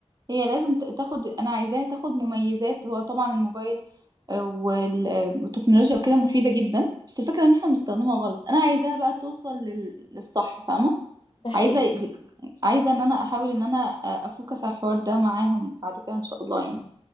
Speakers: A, on the right; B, on the left.
A: هي لازم ت- تاخد انا عايزاها تاخد مميزات هو طبعا الموبايل وال- والتكنولوجيا وكده مفيدة جدا بس الفكرة ان احنا بنستخدمها غلط انا عايزاها بقى توصل لل... للصح فاهمة
B: ده حقيقي
A: عايزة عايزة ان انا احاول ان انا افوكس على الحوار ده معاهم بعد كده ان شاء الله
B: مم.
A: يعني